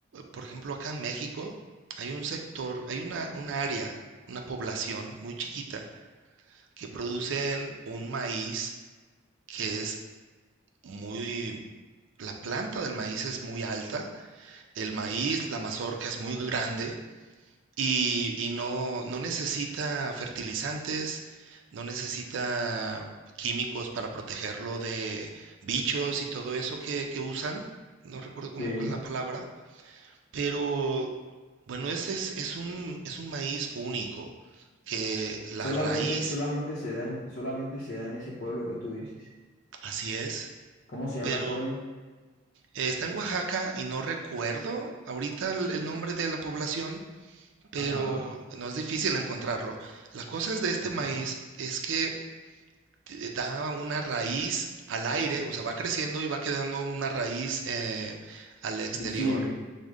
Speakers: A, on the right (about 70°); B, on the left (about 50°).
A: por ejemplo, acá en México hay un sector, hay una, un área, una población muy chiquita que producen un maíz que es muy, la planta del maíz es muy alta, el maíz, la mazorca es muy grande y, y no, no necesita fertilizantes, no necesita químicos para protegerlo de bichos y todo eso que, que usan. No recuerdo cómo
B: Sí.
A: es la palabra, pero bueno, ese es, es un, es un maíz único, que la
B: Solamente,
A: raíz,
B: solamente se da en, solamente se da en ese pueblo que tú dices.
A: así es,
B: ¿Cómo se llama
A: pero
B: el pueblo?
A: Eh, Está en Oaxaca y no recuerdo ahorita el, el nombre de la población, pero
B: Ajá,
A: no es difícil encontrarlo. La cosa es de este
B: ok.
A: maíz es que te da una raíz al aire, o sea, va creciendo y va quedando una raíz eh, al exterior.
B: Visible.